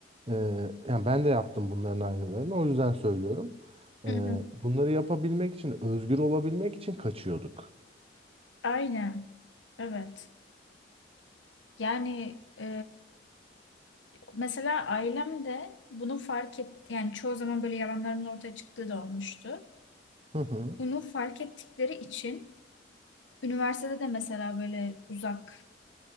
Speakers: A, on the right; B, on the left.
A: e, yani ben de yaptım bunların aynılarını. O yüzden söylüyorum.
B: Hı
A: E,
B: hı.
A: bunları yapabilmek için, özgür olabilmek için kaçıyorduk.
B: Aynen. Evet. Yani e, mesela ailem de bunu fark et yani çoğu zaman böyle yalanlarımın ortaya çıktığı da olmuştu.
A: Hı hı.
B: Bunu fark ettikleri için üniversitede de mesela böyle uzak